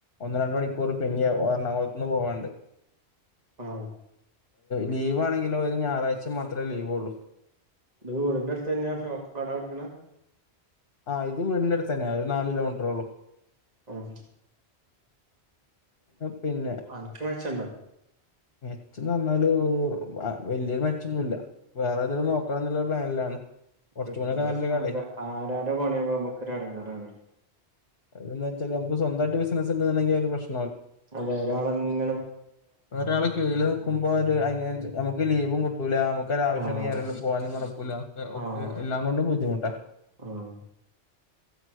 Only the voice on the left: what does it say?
ഒന്ന് രണ്ട് മണിക്കൂർ പിന്നെയും ആ എറണാകുളത്തൂന്ന് പോവാണ്ട്
ലീവ് ആണെങ്കിലോ ഒരു ഞായറാഴ്ച മാത്രേ ലീവൊള്ളൂ
ആ ഇത് വീടിന്റെ അടുത്ത് തന്നെയാ നാല് കിലോമീറ്ററേള്ളൂ
പിന്നെ
മെറ്റേന്ന് പറഞ്ഞാല് വലിയൊരു മെച്ചൊന്നുല്ല വേറെതേലും നോക്കണം എന്നുള്ള പ്ലാനിലാണ് കുറച്ചും
കൂടിയൊക്കെ നല്ലൊരു
കടേ
എന്താ വെച്ചാൽ നമുക്ക് സ്വന്തായിട്ട് ബിസിനസ് ഇണ്ടായിരുന്നെങ്കിൽ ഒരു പ്രശ്
വേറൊരാള് കീഴില് നിക്കുമ്പോ ഒരു അ നമുക്ക് ലീവും കിട്ടൂല നമുക്കൊരാവശ്യ
ണ്ടെങ്കിൽ എവിടേലും പോകാനും നടക്കൂല ഒക്കെ
എല്ലാം കൊണ്ടും ബുദ്ധിമുട്ടാ